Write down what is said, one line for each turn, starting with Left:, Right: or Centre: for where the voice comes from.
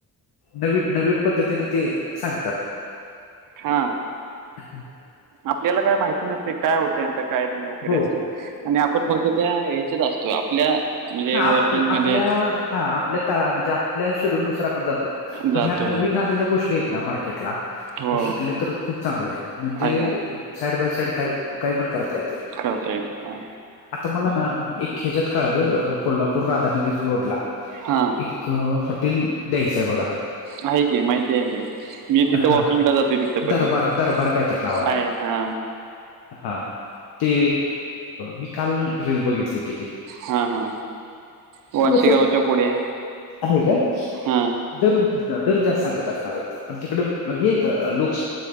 Left: नवीन नवीन पद्धतीने ते सांगतात.
Right: हा.
Left: अ्. <unintelligible>
Right: आपल्याला काय माहिती नसते काय होते आता काय नाही वगैरे
Left: हो
Right: असं आणि आपण फक्त त्या ह्याच्यात असतो. त आपल्या म्हणजे
Left: हा
Right: वर्किंग
Left: आप आपल्या
Right: मध्ये
Left: हा आपल्या म्हणजे आपल्या शेड्यूल नुसार आपण जातो.
Right: जातो
Left: पण ह्या नवीन आलेल्या गोष्टी आहेत ना मार्केटला त्या
Right: हो
Left: शिकले तर खूप चांगलं आहे. म्हणजे
Right: आहे आहे
Left: साईड बाय साईड काही काही पण करता येते.
Right: करता येत हा.
Left: आता मला ना एक ह्याच्यात काळलं. कोल्हापूर राधानगिरी रोडला
Right: हा हा
Left: एक हॉटेल द्यायचं आहे बघा.
Right: आहे की माहिती आहे ते. मी तिथे
Left: हा
Right: वॉकिंगला जातोय तिथपर्यंत
Left: दरबार दरबार काय तर नाव
Right: आहे हा.
Left: हा ते मी काल रील बघितली होती ती.
Right: हा, हा वाशीिगावच्या
Left: ते कसं
Right: पुढे
Left: आहे का
Right: हा.
Left: दर दर जा सांगत असणार ते पण तिकड हे का लोक.